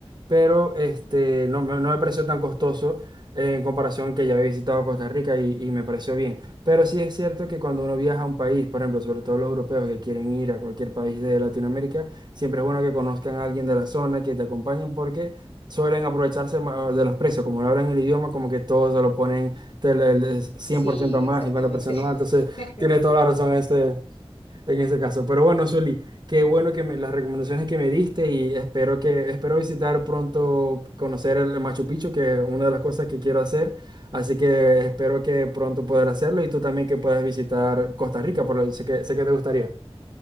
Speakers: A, on the right (about 45°); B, on the left (about 80°).
A: pero este, no, me no me pareció tan costoso eh, en comparación que ya había visitado Costa Rica y, y me pareció bien. Pero sí es cierto que cuando uno viaja a un país, por ejemplo, sobre todo los europeos que quieren ir a cualquier país de Latinoamérica, siempre es bueno que conozcan a alguien de la zona, que te acompañen porque... Suelen aprovecharse ma- de los precios, como no hablan el idioma, como que todos se lo ponen del- el cien
B: Sí,
A: por ciento más,
B: exactamente.
A: cincuenta por ciento más, entonces
B: <laughs>
A: tiene
B: Sí.
A: toda la razón este, en ese caso. Pero bueno, Zuli, qué bueno que me, las recomendaciones que me diste y espero que espero visitar pronto, conocer el Machu Picchu, que es una de las cosas que quiero hacer. Así que espero que pronto poder hacerlo y tú también que puedas visitar Costa Rica, por lo sé que sé que te gustaría.